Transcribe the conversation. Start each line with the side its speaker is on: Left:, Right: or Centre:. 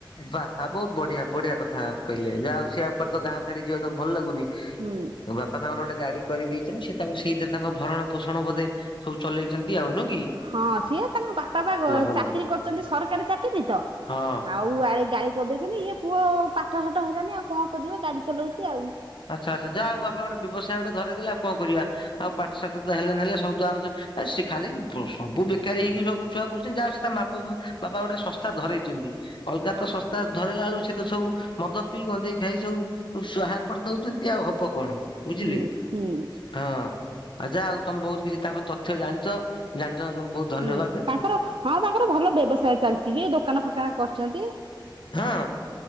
Left: ବାହା ବହୁତ ବଢିଆ ବଢିଆ କଥା। କହିଲେ ଯାହା ହଉ ସେ ଆଉ ଉ କେ ତ ଗାଁ ଛାଡି ଯିବକୁ ଭଲ ଲାଗୁନି
Right: ହୁଁ
Left: ବାପା ତାଙ୍କର ଗୋଟେ ଗାଡି କରିଦେଇଚନ୍ତି ସେ ତାଙ୍କୁ ସେଇଥିରେ ତାଙ୍କ ଭରଣ ପୋଷଣ ବୋଧେ ସବୁ ଚଲେଇଚନ୍ତି ଆଉ ନି?
Right: ହଁ ସିଏ ତାଙ୍କ ବାପା ବା
Left: ଭଲ
Right: ଚାକିରୀ କରିଚନ୍ତି ସରକାରୀ ଚାକିରି ତ।
Left: ହଁ।
Right: ଆଉ ଆଡେ ଗାଡି କରିଦେଇଚନ୍ତି ଇଏ ପୁଅ ପାଠ ସାଠ ହେଲାନି ଆଉ କଣ କରିବ ଗାଡି ଚଲଉଚି ଆଉ।
Left: ଆଚ୍ଛା ଆଚ୍ଛା ଯା ଆଉ ବାପା ଗୋଟେ ବ୍ୟବସାୟ ଗୋଟେ ଧରେଇ ଦେଲେ ଆଉ କଣ କରିବା ଆଉ ପାଠଶାଠ ତ ହେଲେ ନହଲେ ସ ତ ଆମେ ତ ଆ ସେ ଖାଲି ସବୁ ବେକାରୀ ହେଇକି ସବୁ ଛୁଆ ବୁଲୁଛନ୍ତି ଯାହା ହଉ ସେ ମା ବାପ କୁ ବାପା ଗୋଟେ ଶସ୍ତା ଧରେଇଚନ୍ତି। ଅଲଗା
Right: ହଁ
Left: ତ ଶସ୍ତା ଧରେଇଲା ବେଳକୁ ସେ ତ ସବୁ ମଦ ପିଇ ଗଞ୍ଜେଇ ଖାଇ ସବୁ ସ୍ଵାହା। କରି ଦଉଛନ୍ତି ଆଉ ହବ କଣ ବୁଝିଲେ
Right: ହୁଁ ହୁଁ
Left: ହଁ ଆ ଯା ଆଉ ତମେ ବହୁ କିଛି ତାଙ୍କ ତଥ୍ୟ ଜାଣିଚ ଜାଣିଚ <unintelligible> ବହୁତ ଧନ୍ୟବାଦେ।
Right: ହୁଁ ତାଙ୍କର ହଁ ତାଙ୍କର ଭଲ ବ୍ୟବସାୟ ଚାଲିଚି ବି ଦୋକାନ ଫୋକାନ କରିଚନ୍ତି
Left: ହଁ